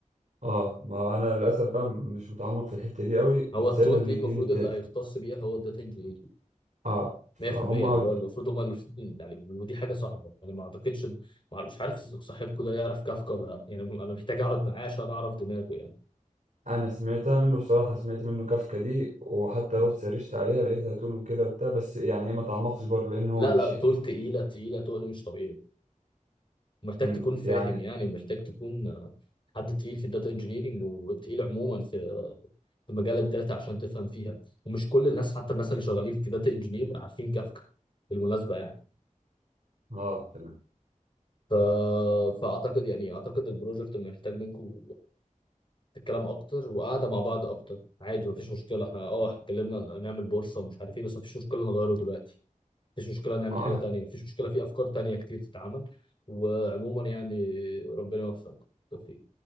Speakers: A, on the right; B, on the left.
A: اه ما انا للاسف بقى مش متعمق في الحته دي قوي كنت
B: هو التول
A: سايبها للاتنين
B: دي المفروض
A: الداتا
B: اللي هيختص بيها هو الداتا انجينير
A: اه فهم
B: 100%
A: قلت
B: يعني هو المفروض هم المفروض يعني ودي حاجه صعبه انا ما اعتقدش ما- مش عارف صاحبكم ده يعرف كافكا ولا لا يعني انا محتاج اقعد معاه عشان اعرف دماغه يعني
A: انا سمعتها منه بصراحه سمعت منه كافكا دي وحتى رحت سرشت عليها لقيتها تول وكده وبتاع بس يعني إيه، ما تعمقتش برضه لان هو
B: لا
A: مش
B: لا طول
A: حتتي
B: تقيله تقيله تقل مش طبيعي محتاج
A: امم
B: تكون فاهم
A: يعني
B: يعني محتاج تكون آه، حد تقيل في الداتا انجينيرنج وتقيل عموما في في مجال الداتا عشان تفهم فيها ومش كل الناس حتى الناس اللي شغالين في داتا انجينير عارفين كافكا بالمناسبه يعني
A: اه
B: ف... فاعتقد يعني اعتقد البروجكت محتاج منكم الكلام اكتر وقعده مع بعض اكتر عادي مفيش مشكله احنا اه اتكلمنا نعمل بورصه ومش عارف ايه بس مفيش مشكله نغيره دلوقتي مفيش مشكله نعمل
A: تمام
B: حاجه تانية مفيش مشكله في افكار تانية كتير تتعمل وعموما يعني ربنا يوفقك بالتوفيق